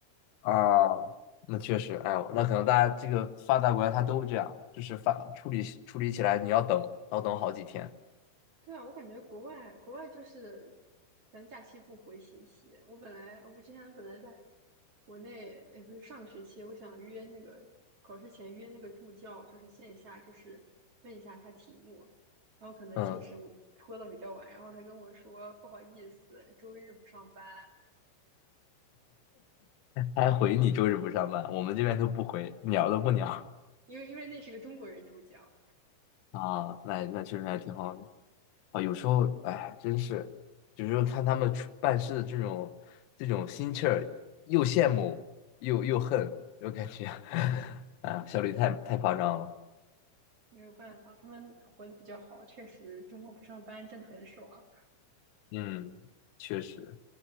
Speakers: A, on the left; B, on the right.
A: 啊，那确实，哎呦，那可能大家这个发达国家它都这样，就是发处理处理起来你要等，要等好几天。
B: 对啊，我感觉国外国外就是，反正假期不回信息。我本来我之前本来在国内，也不是上个学期，我想约那个考试前约那个助教，就是线下，就是问一下他题目。然后可能确实我拖的比较晚，
A: 嗯，
B: 然后他跟我说不好意思，周日不上班，
A: 他还回你周日不上班，我们这边都不回，鸟都不鸟
B: 因为因为那是个中国人助教，
A: 啊。那那确实还挺好的啊。有时候，哎，真是，有时候看他们处办事的这种这种心气儿，又羡慕又又恨，又感觉 <laughs> 啊，效率太太夸张了。
B: 没有办法，他们活得比较好，确实周末不上班真的很爽。
A: 嗯，确实。